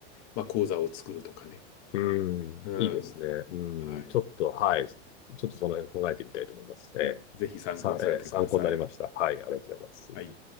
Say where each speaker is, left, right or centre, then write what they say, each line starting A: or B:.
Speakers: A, on the left; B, on the left.
A: まあ講座を作るとかね。
B: うん、
A: うん。
B: いいですね。うん、
A: はい。
B: ちょっと、はい。ちょっとその辺考えてみたいと思います。えー、
A: ぜひ参考にされてください。
B: さ、えー参考になりました。はい、ありがとうございます。
A: はい。